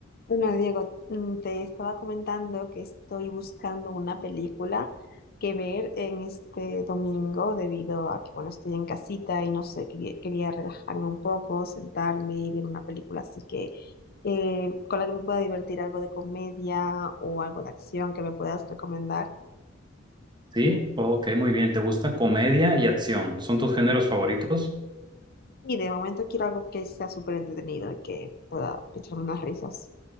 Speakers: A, on the left; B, on the right.
A: Bueno, Diego, mm, te estaba comentando que estoy buscando una película que ver en este domingo debido a que, bueno, estoy en casita y no sé, quería, quería relajarme un poco, sentarme y ver una película así que eh, con la que me pueda divertir algo de comedia o algo de acción que me puedas recomendar.
B: Sí, ok, muy bien. ¿Te gusta comedia y acción? ¿Son tus géneros favoritos?
A: Y de momento quiero algo que sea súper entretenido y que pueda echarme unas risas.